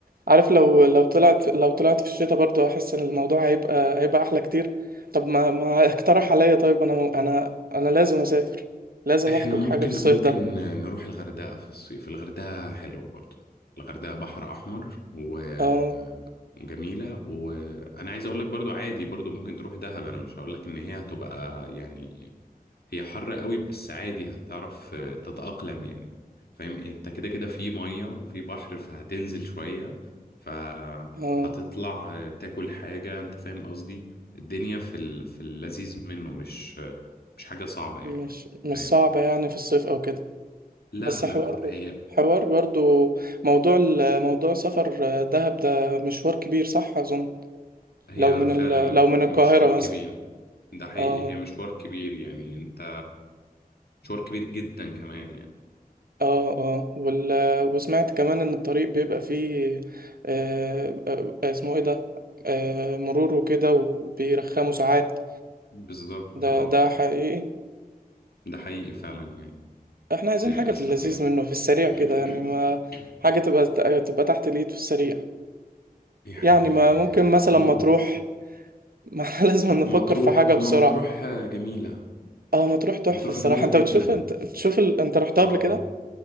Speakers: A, on the right; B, on the left.
A: عارف لو لو طلعت لو طلعت في الشتاء برضه احس ان الموضوع هيبقى هيبقى احلى كتير طب ما ما اقترح عليا طيب انا انا انا لازم اسافر لازم
B: احنا
A: اخرج
B: ممكن
A: حاجة في الصيف
B: ممكن
A: ده
B: نروح الغردقة في الصيف الغردقة حلو برضو الغردقة بحر احمر وجميلة
A: اه
B: وانا عايز اقول لك برضو عادي برضو ممكن تروح دهب انا مش هقول لك ان هي هتبقى يعني هي حر قوي بس عادي هتعرف تتأقلم يعني فاهم إيه؟ انت كده كده في مية وفي بحر فهتنزل شوية فهتطلع
A: اه
B: تاكل حاجة انت فاهم قصدي الدنيا في ال- في اللذيذ منه مش مش حاجة صعبة يعني
A: مش مش
B: فاهم
A: صعبة يعني في الصيف او كده
B: لا
A: بس
B: لا
A: حوار
B: هي
A: حوار برضه موضوع ال- موضوع سفر دهب ده مشوار كبير صح اظن
B: هي
A: لو من
B: فعلا
A: ال... لو من القاهرة
B: مشوار كبير
A: مثلا
B: ده حقيقي
A: اه
B: هي مشوار كبير يعني انت مشوار كبير جدا كمان يعني
A: اه اه وال... وسمعت كمان ان الطريق بيبقى فيه آه آه، آه، اسمه ايه ده آه مرور وكده وبيرخموا ساعات
B: بالظبط
A: ده
B: اه
A: ده حقيقي
B: ده حقيقي فعلا يعني
A: احنا عايزين
B: للأسف
A: حاجة في اللذيذ
B: يعني
A: منه في السريع كده
B: <coughs>
A: يعني ما
B: <clears throat>
A: حاجة تبقى تبقى تحت الايد في السريع
B: يعني
A: يعني ما ممكن مثلا
B: م-
A: ما تروح <laughs> ما احنا لازم نفكر
B: مطروح
A: في حاجة
B: طب
A: بسرعة
B: ما مطروح جميلة
A: اه ما تروح تحفة
B: مطروح
A: الصراحة
B: جميلة
A: انت
B: جدا
A: بتشوف انت بتشوف ال... انت رحتها
B: اه
A: قبل كده